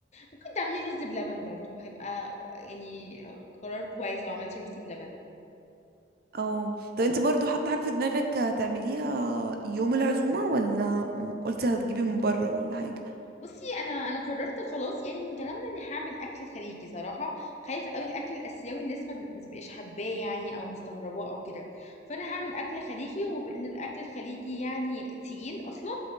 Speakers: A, on the left; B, on the right.
A: ممكن تعملي رز بلبن برضو هيبقى يعني قرار كويس لو عملتي رز بلبن
B: او طب انت برضو حاطه حاجه في دماغك هتعمليها يوم العزومه ولا م- قلتي هتجيبي من بره ولا حاجه
A: بصي انا انا قررت خلاص يعني من كلامنا اني هعمل اكل خليجي صراحه خايفه قوي الاكل الاسيوي الناس ما ما تبقاش حباه يعني او مستغرباه او كده فانا هعمل اكل خليجي وبان الاكل الخليجي يعني تقيل اصلا